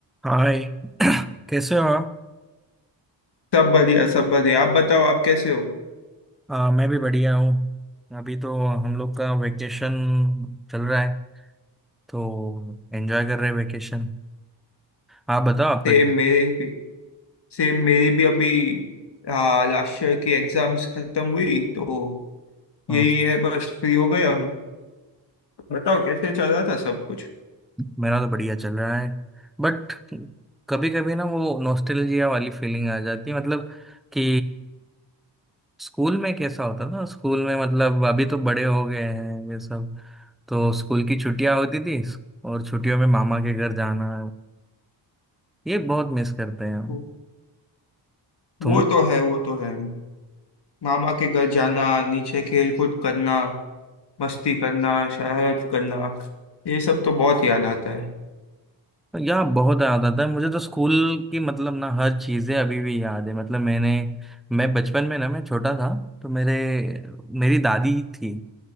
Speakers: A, in the centre; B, on the left.
A: हाय <clears throat> कैसे हो आप
B: सब बढ़िया सब बढ़िया आप बताओ आप कैसे हो
A: आ, मैं भी बढ़िया हूँ अभी तो हम लोग का वेकेशन चल रहा है तो एंजॉय कर रहे हैं वेकेशन आप बताओ आपका
B: सेम
A: क्या
B: मेरे भी सेम मेरी भी अभी हाँ लास्ट ईयर की एग्जाम्स खत्म हुई तो
A: हाँ
B: यही
A: हाँ
B: है बस फ्री हो गए हम बताओ कैसे चल रहा था सब कुछ
A: मेरा तो बढ़िया चल रहा है बट कभी कभी ना वो नॉस्टैल्जिया वाली फीलिंग आ जाती है मतलब कि स्कूल में कैसा होता ना स्कूल में मतलब अभी तो बड़े हो गए हैं ये सब तो स्कूल की छुट्टियां होती थी और छुट्टियों में मामा के घर जाना ये बहुत मिस करते हैं हम
B: वो
A: तुम
B: वो तो है वो तो है मामा के घर जाना नीचे खेल कूद करना मस्ती करना शरारत करना ये सब तो बहुत याद आता है
A: यार बहुत याद आता है मुझे तो स्कूल की मतलब ना हर चीजें अभी भी याद है मतलब मैंने मैं बचपन में ना मैं छोटा था तो मेरे मेरी दादी थी